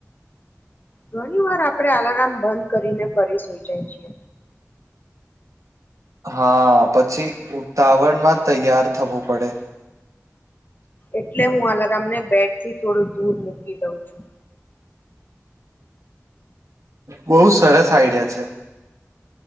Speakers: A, on the left; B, on the right.
A: ઘણી વાર આપણે અલાર્મ બંધ કરીને ફરી સોઈ જાય છીએ
B: હા પછી ઉતાવળમાં તૈયાર થવું પડે
A: એટલે હું અલાર્મને બેડથી થોડું દૂર મૂકી દઉં છું
B: બહુ સરસ આઈડિયા છે